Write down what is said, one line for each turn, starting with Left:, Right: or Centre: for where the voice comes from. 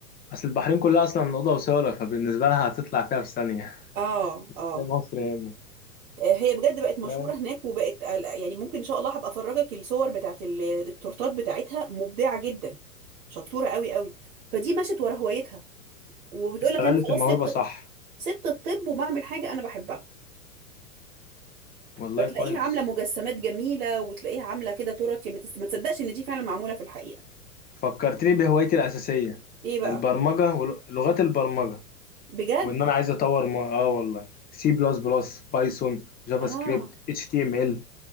Left: أصل البحرين كلها أصلا أوضة وصالة فبالنسبة لها هتطلع فيها في ثانية
Right: اه
Left: <laughs>
Right: اه
Left: زي مصر هنا
Right: آه، هي بجد بقت مشهورة
Left: آه.
Right: هناك وبقت آه، لا، يعني ممكن ان شاء الله هبقى افرجك الصور بتاعت ال- التورتات بتاعتها مبدعة جدا شطورة قوي قوي فدي مشت ورا هوايتها وبتقول
Left: استغلت
Right: لك انا خلاص
Left: الموهبة
Right: سبت
Left: صح
Right: سبت الطب وبعمل حاجة انا بحبها
Left: والله
Right: فتلاقيها
Left: كويس
Right: عاملة مجسمات جميلة وتلاقيها عاملة كده تورت ما تس- ما تصدقش ان دي فعلا معمولة في الحقيقة
Left: فكرتني بهوايتي الأساسية
Right: ايه بقى
Left: البرمجة ولغات البرمجة
Right: بجد
Left: وإن أنا عايز أطور م... اه والله سي بلس بلس بايثون جافا
Right: اه
Left: سكريبت اتش تي ام ال